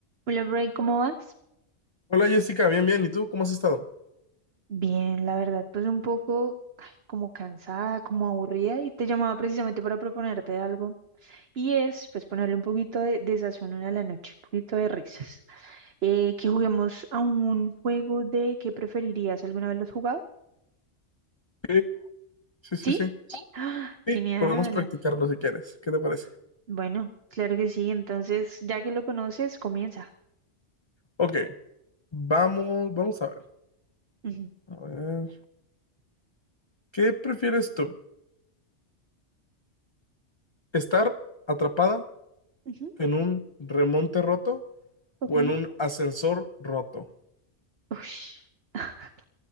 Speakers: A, on the right; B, on the left.
A: Hola, Bray, ¿cómo vas?
B: Hola Jessica, bien, bien. ¿Y tú cómo has estado?
A: Bien, la verdad, pues un poco ay, como cansada, como aburrida y te llamaba precisamente para proponerte algo y es pues ponerle un poquito de, de sazón a la noche, un poquito de risas. Eh, que juguemos a un juego de ¿qué preferirías? ¿Alguna vez lo has jugado?
B: Sí, sí, sí,
A: ¿Sí?
B: sí. Sí,
A: ¡Ah!
B: Sí,
A: Genial.
B: podemos practicarlo si quieres. ¿Qué te parece?
A: Bueno, claro que sí, entonces ya que lo conoces, comienza.
B: Ok, vamos, vamos a ver.
A: Ujú,
B: A ver, ¿qué prefieres tú? ¿Estar atrapada
A: ujú,
B: en un remonte roto
A: ok.
B: o en un ascensor roto?
A: Ush. <laughs>